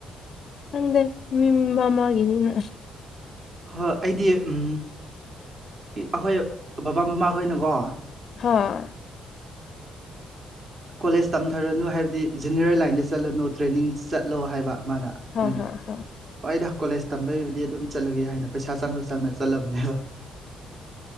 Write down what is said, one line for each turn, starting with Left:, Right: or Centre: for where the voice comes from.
Left: ꯆꯪꯗꯦ ꯃꯤ ꯃꯥꯃꯥꯒꯤꯅꯤꯅ
Right: ꯍꯣꯏ ꯑꯩꯗꯤ ꯎꯝ ꯑꯩꯈꯣꯏ ꯕꯕꯥ ꯃꯃꯥꯈꯣꯏꯅꯀꯣ
Left: ꯍꯥꯥ
Right: ꯀꯣꯂꯦꯖ ꯇꯝꯊꯔꯅꯨ ꯍꯥꯏꯕꯗꯤ ꯏꯟꯖꯤꯅꯤꯌꯔ ꯂꯥꯏꯟꯗ ꯆꯠꯂꯅꯨ ꯇ꯭ꯔꯦꯅꯤꯡ ꯆꯠꯂꯣ ꯍꯥꯏꯕ ꯑꯃꯅ
Left: ꯍꯥ
Right: ꯃꯣꯏꯅ
Left: ꯍꯥ ꯍꯥ
Right: ꯍꯣꯏꯗ ꯀꯣꯂꯦꯖ ꯇꯝꯕꯩꯕꯨꯗꯤ ꯑꯗꯨꯝ ꯆꯠꯂꯒꯦ ꯍꯥꯏꯅ ꯄꯩꯁꯥ ꯆꯪꯁꯨ ꯆꯪꯅ ꯆꯠꯂꯕꯅꯦꯕ